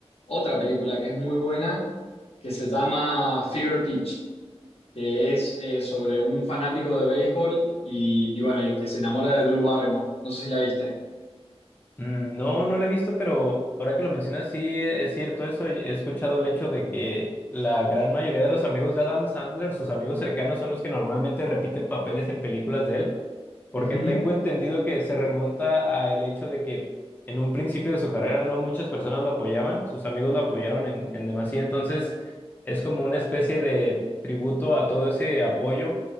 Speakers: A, on the left; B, on the left.
A: otra película que es muy buena, que se llama Fever Pitch, que es eh, sobre un fanático de béisbol y, y bueno, y que se enamora de Drew Barrymore. No sé si la viste.
B: Mm, No, no la he visto, pero ahora que lo mencionas, sí e- es cierto eso. He escuchado el hecho de que la gran mayoría de los amigos de Adam Sandler, sus amigos cercanos, son los que normalmente repiten papeles en películas de él, porque
A: Ujú.
B: tengo entendido que se remonta al hecho de que en un principio de su carrera no muchas personas lo apoyaban, sus amigos lo apoyaron en, en demasía, entonces es como una especie de tributo a todo ese apoyo.